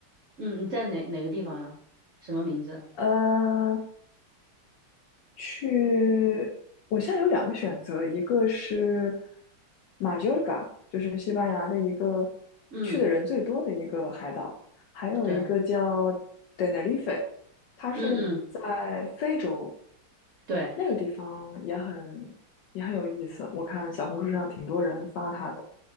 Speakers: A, on the right (about 65°); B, on the left (about 70°).
A: 嗯，你在哪哪个地方呀？什么名字？
B: 呃，去。我现在有两个选择，一个是马约尔嘎，就是西班牙的一个
A: 嗯，
B: 去的人最多的一个海岛，还有一个叫
A: 对，
B: t e n e 它是在非洲，
A: 嗯嗯，对，
B: 那个地方也很也很有意思，我看小红书上挺多人发它的。